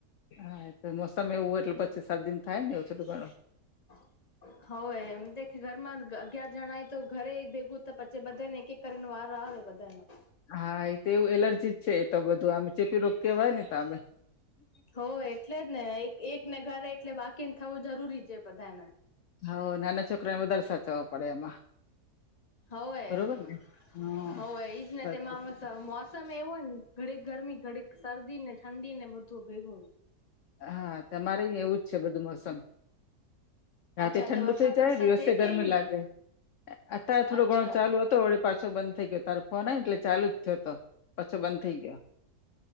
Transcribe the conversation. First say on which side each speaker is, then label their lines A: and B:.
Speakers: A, on the left; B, on the left.
A: હા એ તો મોસમ એવું હોય એટલે પછી શરદીને થાય નેવ થોડું ઘણું
B: <inaudible> હોવે એમ. દેખે ઘરમાં અગિયાર જણા હે તો ઘરે ભેગું તો પછી બધે ને એક-એક કરી વાર બધામાં.
A: હા એ તો એવું એલર્જી જ છે એ તો બધું આમે ચેપી રોગ કેવાય ને તામે.
B: હો એટલે જ ને એક એક ને ઘરે એટલે બાકીને થવું જરૂરી છે બધાને.
A: હોવ નાના છોકરાઓને વધારે સાચવો પડે એમાં.
B: હોવે-હોવ.
A: બરોબર ને હા
B: ઈજ ને
A: સાચે
B: તેમાં <unintelligible>
A: છે.
B: તમે એવું હોય ને ઘડીક ગરમી, ઘડીક શરદી ને, ઠંડી ને બધું ભેગું.
A: હા તમારેઈ અહીં એવું જ છે બધું મોસમ. રાતે
B: અચ્છા
A: ઠંડુ
B: તો વરસાદ
A: થઈ જાય,
B: વરસાદ
A: દિવસે
B: હે
A: ગરમી
B: કે નહી
A: લાગે. અત્યારે
B: અચ્છા
A: થોડો ઘણો ચાલુ હત તો વળી પાછો બંધ થઈ ગયો. તારો ફોન આવ્યો ને એટલે ચાલુ જ થયો હતો. પાછો બંધ થઈ ગયો.